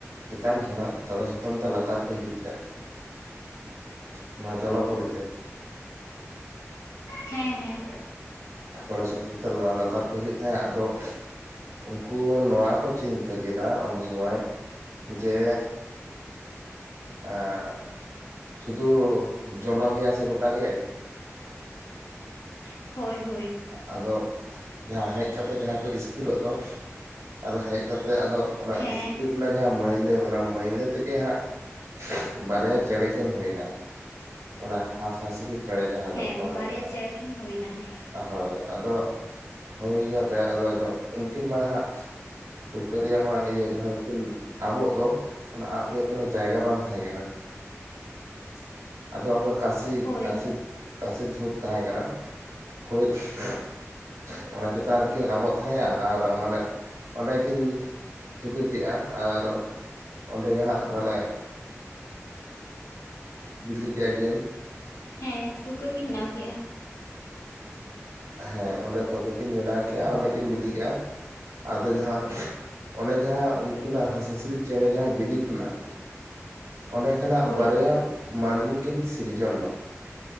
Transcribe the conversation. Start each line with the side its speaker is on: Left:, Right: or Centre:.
Right: ᱪᱮᱛᱟᱱ ᱠᱷᱚᱱᱟᱜ ᱛᱚᱲᱮ ᱥᱩᱛᱟᱹᱢ ᱛᱮ ᱞᱟᱛᱟᱨ ᱠᱚ ᱦᱤᱡᱩᱜ ᱛᱟᱦᱮᱸᱜ᱾ ᱱᱚᱣᱟ ᱡᱚᱞᱚ ᱯᱩᱨᱤᱛᱮ᱾
Left: ᱦᱮᱸ ᱦᱮᱸ
Right: ᱛᱚᱲᱮ ᱥᱩᱛᱟᱹᱢ ᱛᱮ ᱞᱟᱛᱟᱨ ᱠᱚ ᱦᱤᱡᱩᱜ ᱛᱟᱦᱮᱸᱜ ᱟᱫᱚ ᱩᱝᱠᱩ ᱱᱚᱣᱟ ᱠᱚ ᱪᱤᱱᱛᱟᱹ ᱠᱮᱫᱟ ᱩᱱ ᱥᱚᱢᱚᱭ ᱡᱮ ᱟ ᱥᱩᱫᱷᱩ ᱡᱚᱞᱟ ᱜᱮᱭᱟ ᱥᱮ ᱜᱳᱴᱟ ᱜᱮ᱾
Left: <unintelligible> ᱦᱳᱭ
Right: ᱟᱫᱚ ᱡᱟᱸᱦᱟ ᱦᱮᱡ ᱠᱟᱛᱮ ᱡᱟᱸᱦᱟ ᱠᱚ ᱤᱥᱠᱤᱨᱚᱜ ᱫᱚ ᱟᱫᱚ ᱦᱮᱡ ᱠᱟᱛ ᱥᱮ ᱟᱫᱚ ᱚᱱᱟ
Left: ᱦᱮᱸ
Right: ᱤᱥᱠᱤᱨ ᱨᱮᱱᱟᱜ ᱡᱟᱸᱦᱟ ᱢᱟᱹᱭᱞᱟᱹ ᱚᱱᱟ ᱢᱟᱹᱭᱞᱟᱹ ᱛᱮᱜᱮ ᱦᱟᱸᱜ ᱵᱟᱨᱭᱟ ᱪᱮᱸᱬᱮ ᱠᱤᱱ ᱦᱳᱭ ᱱᱟ ᱚᱱᱟ ᱦᱟᱸᱥ ᱦᱟᱸᱥᱞᱤ ᱪᱮᱸᱬᱮ ᱡᱟᱸᱦᱟ
Left: ᱦᱮᱸ
Right: ᱫᱚ ᱠᱚ
Left: ᱵᱟᱨᱭᱟ
Right: ᱢᱮᱱ
Left: ᱪᱮᱬᱮ ᱠᱤᱱ ᱦᱩᱭᱱᱟ ᱦᱮᱸ᱾
Right: ᱦᱳᱭ ᱟᱫᱚ, ᱦᱳᱭ ᱠᱟᱛᱮᱜ ᱟᱫᱚ ᱩᱱᱠᱤᱱ ᱢᱟ ᱦᱟᱸᱜ ᱛᱩᱠᱟᱹ ᱨᱮᱭᱟᱜ ᱢᱟ ᱤᱭᱟᱹ ᱡᱟᱸᱦᱟ ᱫᱚᱠᱤᱱ ᱟᱵᱚᱜ ᱫᱚ᱾ ᱚᱱᱟ ᱟᱵᱽ ᱨᱮᱭᱟᱜ ᱠᱳᱱᱳ ᱡᱟᱭᱜᱟ ᱵᱟᱝ ᱛᱟᱸᱦᱮ ᱠᱟᱱᱟ᱾
Left: <inaudible>
Right: ᱟᱫᱚ ᱚᱝᱠᱟ ᱠᱟᱥᱤ
Left: ᱦᱳᱭ
Right: ᱠᱟᱥᱤ ᱠᱟᱥᱤ ᱫᱷᱩᱸᱛ ᱛᱟᱸᱦᱮ ᱠᱟᱱᱟ᱾ ᱦᱳᱭ <inaudible> ᱚᱱᱟ ᱪᱮᱛᱟᱱ ᱨᱮ ᱠᱤᱱ ᱟᱵᱚᱜ ᱛᱟᱦᱮᱸᱜᱼᱟ ᱟᱨ ᱢᱟᱱᱮ ᱚᱸᱰᱮ ᱠᱤᱱ ᱛᱩᱠᱟᱹ ᱠᱮᱜ-ᱟ, ᱟᱨ ᱚᱸᱰᱮ ᱜᱮ ᱦᱟᱜ ᱢᱟᱱᱮ
Left: <inaudible>
Right: ᱵᱤᱞᱤ ᱠᱮᱜ ᱟᱹᱠᱤᱱ
Left: ᱦᱮᱸ ᱛᱩᱠᱟᱹ ᱠᱤᱱ ᱵᱮᱱᱟᱣ ᱠᱮᱫᱼᱟ᱾
Right: ᱦᱮᱸ ᱚᱸᱰᱮ ᱛᱩᱠᱟᱹ ᱠᱤᱱ ᱵᱮᱱᱟᱣ ᱠᱮᱫ-ᱟ, ᱚᱸᱰᱮ ᱠᱤᱱ ᱵᱤᱞᱤ ᱠᱮᱫᱼᱟ᱾ ᱟᱫᱚ ᱡᱟᱸᱦᱟ ᱚᱱᱮ ᱡᱟᱸᱦᱟ ᱩᱱᱠᱤᱱᱟᱜ ᱦᱟᱸᱥᱼᱦᱟᱸᱥᱞᱤ ᱪᱮᱸᱬᱮ ᱡᱟᱸᱦᱟ ᱵᱤᱞᱤ ᱠᱷᱚᱱᱟᱜ, ᱚᱸᱰᱮ ᱠᱷᱚᱱᱟᱜ
Left: ᱦᱳᱭ
Right: ᱵᱟᱨᱭᱟ ᱢᱟᱹᱱᱢᱤ ᱠᱤᱱ ᱥᱤᱨᱡᱚᱱ ᱮᱱᱟ᱾